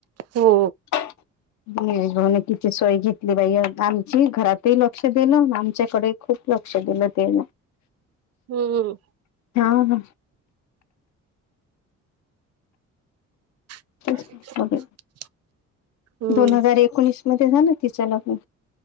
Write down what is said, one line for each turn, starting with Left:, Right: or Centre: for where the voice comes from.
Right: हो
Left: निलेश भाऊनं कि सोय घेतली बाई आमची घरातही लक्ष दिलं अन आमच्याकडे खूप लक्ष दिलं तेला
Right: हम्म
Left: हा ना.
Right: <inaudible>
Left: तेच बघ
Right: हम्म
Left: दोन हजार एकोणीस मध्ये झालं तिचं लग्न.